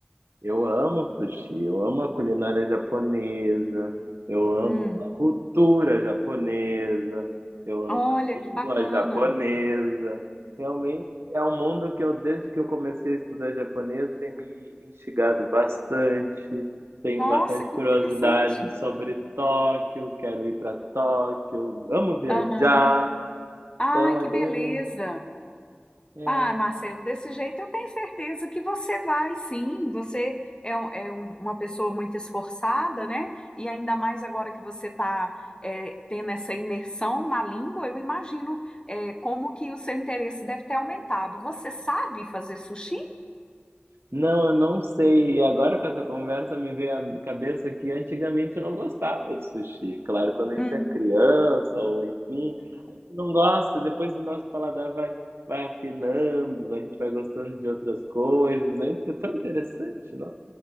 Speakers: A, on the right; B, on the left.
A: Eu amo sushi, eu amo a culinária japonesa, eu amo
B: Hum,
A: a cultura japonesa, eu amo
B: olha
A: a língua
B: que bacana!
A: japonesa. Realmente é um mundo que eu, desde que eu comecei a estudar japonês, tem me instigado bastante. Tenho
B: Nossa,
A: bastante
B: que
A: curiosidade
B: interessante!
A: sobre Tóquio, quero ir para Tóquio, amo viajar.
B: Aham. Ai,
A: Então
B: que
A: é bem,
B: beleza!
A: é
B: Ah, Marcelo, desse jeito eu tenho certeza que você vai, sim. Você é, um- é um- uma pessoa muito esforçada, né? E ainda mais agora que você está tendo essa imersão na língua, eu imagino é, como que o seu interesse deve ter aumentado. Você sabe fazer sushi?
A: Não, eu não sei. E agora com essa conversa me veio à cabeça que antigamente eu não gostava de sushi. Claro, quando a gente
B: Uhum.
A: é criança ou enfim, a gente não gosta, e depois o nosso paladar vai vai afinando, a gente vai gostando de outras coisas. É inte- tão interessante, não?